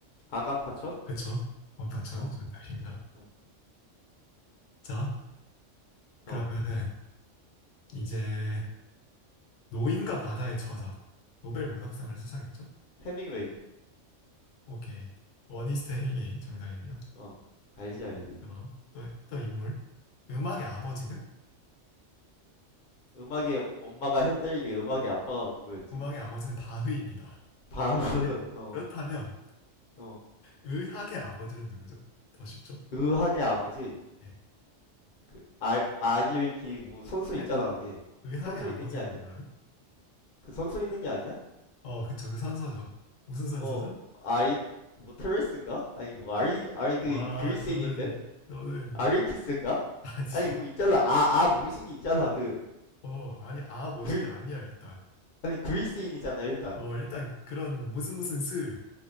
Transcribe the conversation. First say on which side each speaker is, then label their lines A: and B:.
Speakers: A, on the left (about 55°); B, on the left (about 85°).
A: 아간 파천?
B: 그쵸? 원파천
A: 어.
B: 정답입니다.
A: 어.
B: 자, 그러면은
A: 어.
B: 이제 노인과 바다의 저자 노벨 문학상을 수상했죠?
A: 해밍웨이.
B: 오케이. 어니스트 헤밍웨이 정답입니다.
A: 어. 알지
B: 그러면
A: 알지.
B: 그다음 또, 또 인물 음악의 아버지는?
A: 음. 음악의 엄마가 핸델이게 음악의 아빠가 누구였지?
B: 음악의 아버지는 바흐입니다.
A: 바흐.
B: 바흐인데
A: <laughs> 어.
B: 그렇다면
A: 어.
B: 의학의 아버지는 누구죠? 더 쉽죠?
A: 의학의 아버지.
B: 예.
A: 그 알, 아일키 뭐 선수
B: 예?
A: 있잖아. 걔.
B: 의학의
A: 선수
B: 아버지를
A: 있는 게 아니야?
B: 몰라요?
A: 그 선수 있는 게 아니야?
B: 어, 그쵸. 그 선서죠. 무슨 선서죠?
A: 어, 아이, 뭐, 테레스인가? 아니, 뭐, 아리, 아리, 그,
B: 와,
A: 그리스인인데?
B: 너는 너는
A: 아리키스인가?
B: 아직
A: 아니, 뭐, 있잖아. 아, 아, 모식이 있잖아. 그,
B: 어, 아니, 아, 멋있게
A: 그리,
B: 아니야, 일단.
A: 아니, 그리스인이잖아, 일단.
B: 어, 일단, 그런, 무슨 무슨 스.